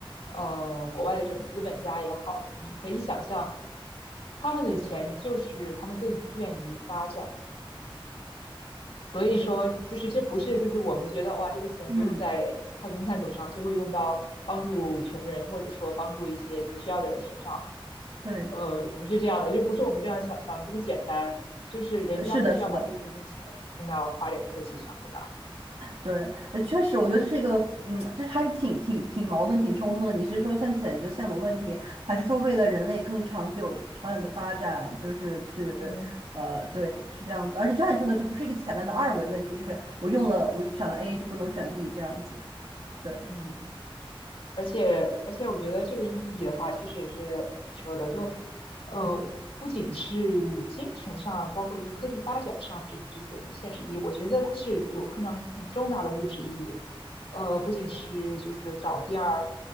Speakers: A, on the left; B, on the right.
A: 呃国外的这种资本家也好，你可以想象他们的钱就是他们更愿意发展。所以说，就是这不是就是我们觉得哇，这个钱不用在太空探索上，
B: 嗯，
A: 就会用到帮助穷人或者说帮助一些就是需要的人身上。
B: 对，
A: 呃，不是这样的，就不是我们这样想象这么简单，就是人家就是要把这部分钱用到发展科技上，
B: 呃是的，是的，
A: 对吧？
B: 对，呃确实，我觉得这是一个，嗯，这还是挺挺挺矛盾、挺冲突的。你是说先解决现有的问题，还是说为了人类更长久、长远的发展，就是去，
A: 嗯，
B: 呃，对，是这样子。而且就像你说的，这不是一个简单的二维问题，就是我用了，我选了 A 就不能选 B 这样子。对。
A: 嗯。而且而且，我觉得这个意义的话，确实也是你说的，就呃，不仅是精神上，包括就是科技发展上这这些这种现实意义，我觉得它是有很长很重大的物质意义。呃，不仅是就是找第二